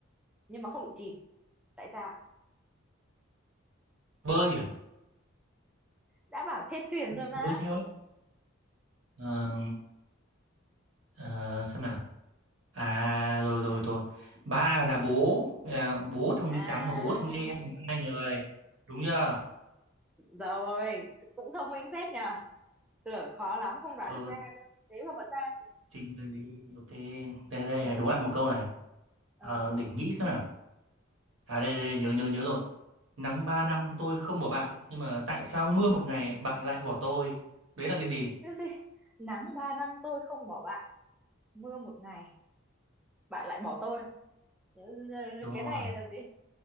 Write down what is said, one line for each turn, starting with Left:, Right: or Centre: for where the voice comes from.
Centre: nhưng mà không bị chìm tại sao
Right: bơi à
Centre: đã bảo trên thuyền rồi mà
Right: Nó bơi theo ấy Ờ, ờ, xem nào à rồi
Centre: mà
Right: rồi rồi ba là bố là bố thằng
Centre: à
Right: Mỹ trắng và bố thằng Mỹ đen hai người đúng chưa
Centre: rồi cũng thông minh phết nhờ tưởng khó lắm không đoán
Right: ừ
Centre: được ra cơ thế mà vẫn ra
Right: Trình bày đi. Ok. Đây đây
Centre: <laughs>
Right: này, đố lại một câu này.
Centre: ờ
Right: Ờ,
Centre: ờ
Right: để nghĩ xem nào. À đây, đây đây nhớ nhớ nhớ rồi. Nắng 3 năm tôi không bỏ bạn, nhưng mà tại sao mưa một ngày bạn lại bỏ tôi? Đấy là cái gì?
Centre: cái gì nắng ba năm tôi không bỏ bạn mưa một ngày bạn lại bỏ tôi Ừ,
Right: Đúng
Centre: cái
Right: rồi.
Centre: này là gì